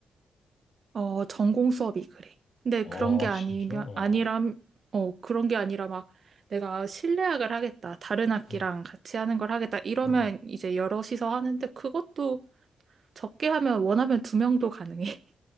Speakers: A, on the right; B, on the left.
A: 어, 전공 수업이 그래. 근데
B: 어,
A: 그런 게 아니면,
B: 진짜? 어,
A: 아니람, 어, 그런 게 아니라 막 내가 실내악을 하겠다. 다른 악기랑
B: 어,
A: 같이 하는 걸 하겠다. 이러면
B: 어,
A: 이제 여럿이서 하는데 그것도 적게 하면 원하면 두 명도 가능해. <laughs>